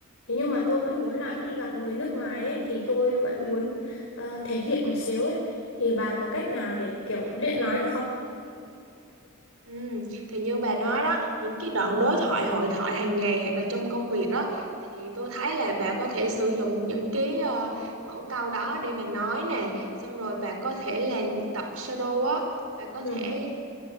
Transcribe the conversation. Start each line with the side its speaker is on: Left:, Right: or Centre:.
Left: Thế nhưng mà tôi vẫn
Right: Đúng
Left: muốn
Right: rồi.
Left: là khi gặp người nước ngoài ấy thì tôi vẫn muốn ờ, thể hiện một xíu ấy. Thì bà có cách nào để kiểu luyện nói được không?
Right: Ừ, thì như bà nói đó, những cái đoạn đối thoại hội thoại hàng ngày hoặc là trong công việc đó thì tôi thấy là bà có thể sử dụng những cái ờ, mẫu câu đó để bà nói nè, xong rồi bà có thể là tập shadow á, bà có
Left: Ừ.
Right: thể